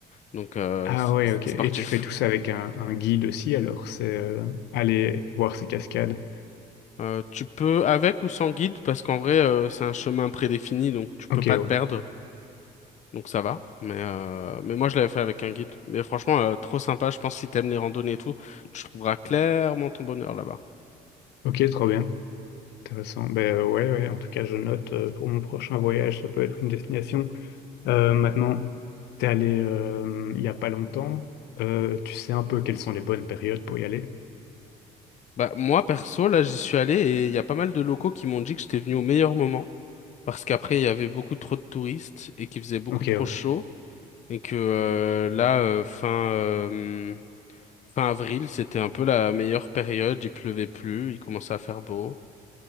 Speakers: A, on the left; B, on the left.
A: Donc, euh,
B: Ah
A: c-
B: ouais,
A: c'était
B: ok.
A: sportif.
B: Et tu fais tout ça avec un, un guide aussi, alors c'est euh, aller voir ces cascades.
A: Euh, tu peux avec ou sans guide, parce qu'en vrai, euh, c'est un chemin prédéfini, donc tu peux
B: Ok,
A: pas
B: ouais.
A: te perdre. Donc ça va. Mais, euh, mais moi, je l'avais fait avec un guide. Mais franchement, euh, trop sympa. Je pense que si t'aimes les randonnées et tout, tu trouveras clairement ton bonheur là-bas.
B: Ok, trop bien. Intéressant. Ben euh, ouais, ouais, en tout cas, je note euh, pour mon prochain voyage, ça peut être une destination. Euh, maintenant, t'es allé euh, il y a pas longtemps. Euh, tu sais un peu quelles sont les bonnes périodes pour y aller?
A: Bah, moi, perso, là, j'y suis allé et il y a pas mal de locaux qui m'ont dit que j'étais venu au meilleur moment. Parce qu'après, il y avait beaucoup trop de touristes et qu'il faisait beaucoup
B: Ok,
A: trop
B: ouais.
A: chaud. Et que euh, là, euh, fin, euh, Fin avril, c'était un peu la meilleure période, il pleuvait plus, il commençait à faire beau.